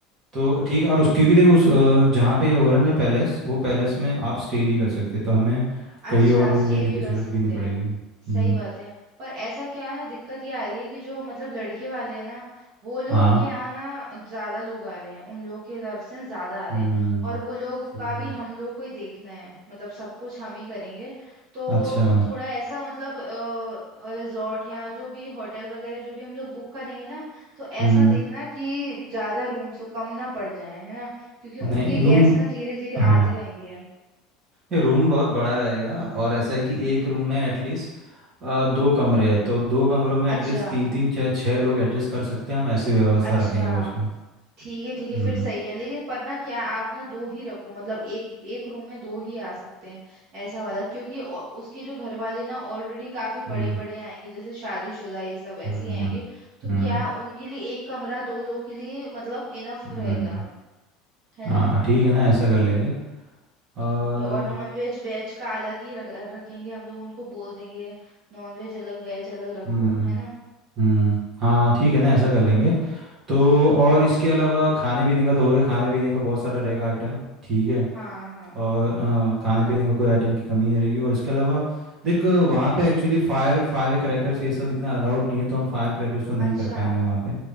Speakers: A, on the right (about 20°); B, on the right (about 45°).
A: तो ठीक है और उस क्योंकि देखो उस अ, जहाँ पे ये हो रहा है ना पैलेस वो पैलेस में आप स्टे भी कर सकते हैं तो हमें
B: अच्छा
A: कहीं और रूम
B: स्टे
A: लेने
B: भी
A: की
B: कर
A: ज़रूरत
B: सकते
A: भी नहीं पड़ेगी
B: हैं
A: हम्म
B: सही बात है पर ऐसा क्या है ना दिक्कत ये आ रही है कि जो मतलब लड़के वाले हैं ना वो लोग
A: हाँ
B: के यहाँ ना ज्यादा लोग आ रहे हैं उन लोगों की तरफ से ज्यादा आ रहे
A: हम्म
B: हैं और वो लोग
A: ठीक
B: का भी
A: है
B: हम लोग को ही देखना है मतलब सब कुछ हम ही करेंगे तो
A: अच्छा
B: थोड़ा ऐसा मतलब रिजॉर्ट या जो भी होटल वगैरह जो भी हम लोग बुक करेंगे ना तो ऐसा
A: हम्म
B: देखना कि ज्यादा रूम्स हो कम ना पड़ जाए है ना क्योंकि उनके
A: नहीं रूम
B: गेस्ट ना धीरे धीरे
A: हाँ
B: आते रहेंगे
A: ये रूम बहुत बड़ा रहेगा और ऐसा है कि एक रूम में एटलीस्ट दो कमरे हैं तो दो कमरों में एटलीस्ट
B: अच्छा
A: तीन तीन छः छः लोग एडजस्ट कर सकते हैं हम ऐसी व्यवस्था
B: अच्छा
A: रखेंगे उसमें
B: ठीक है ठीक है
A: हम्म
B: फिर सही है लेकिन पर ना क्या आप ना दो ही रखो मतलब एक एक रूम में दो ही आ सकते हैं ऐसा वाला क्योंकि औ- उसके जो घर वाले ना ऑलरेडी काफी
A: हम्म
B: बड़े बड़े आएंगे जैसे शादीशुदा ये सब
A: हम्म
B: ऐसे ही आएंगे तो
A: हम्म
B: क्या उनके लिए एक कमरा दो लोग के लिए मतलब इनफ
A: हम्म,
B: रहेगा है
A: हाँ
B: ना
A: ठीक है ना ऐसा कर लेंगे और
B: ठीक है और नॉन वेज वेज का अलग ही रख, रखेंगे हम लोग उनको बोल देंगे नॉन वेज अलग वेज अलग रखो
A: हम्म
B: है ना
A: हम्म हाँ ठीक है ना ऐसा कर लेंगे तो और इसके अलावा खाने पीने का तो हो गया खाने पीने का बहुत सारा रहेगा आइटम ठीक है
B: हाँ हाँ
A: और हाँ खाने पीने का कोई आइटम की कमी नहीं रहेगी और इसके अलावा देख वहाँ पे एक्चुअली फायर फायर क्रैकर्स ये सब इतना अलाउड नहीं है तो हम फायर क्रैकर्स तो नहीं
B: अच्छा
A: कर पाएंगे वहाँ पे